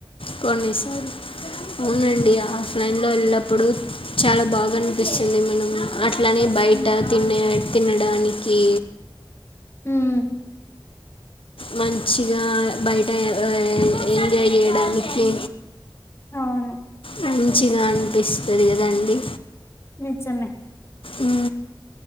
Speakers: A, on the left; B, on the left.
A: కొన్ని సాలు అవునండి ఆఫ్లైన్ లో వెళ్ళప్పుడు చాలా బాగా అనిపిస్తుంది మన అట్లానే బయట తినే తినడానికి
B: ఉమ్,
A: మంచిగా బయట ఏ ఏ ఎంజాయ్ చేయడానికి
B: అవును
A: మంచిగా అనిపిస్తది కదండి
B: ఇచ్చమే
A: ఊ